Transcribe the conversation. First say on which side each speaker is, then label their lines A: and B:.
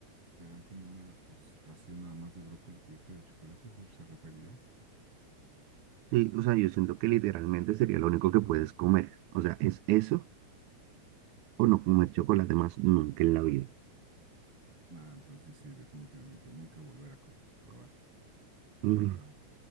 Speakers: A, on the right; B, on the right.
A: te dan como una ros- ración nada más de brócoli cubierta de chocolate, ¿eso se referirá?
B: Sí, o sea, yo siento que literalmente sería lo único que puedes comer. O sea, es eso o no comer chocolate más nunca en la vida.
A: Nada, entonces sí, definitivamente nunca volver a co- probarlo. Sí,
B: Mm,
A: no,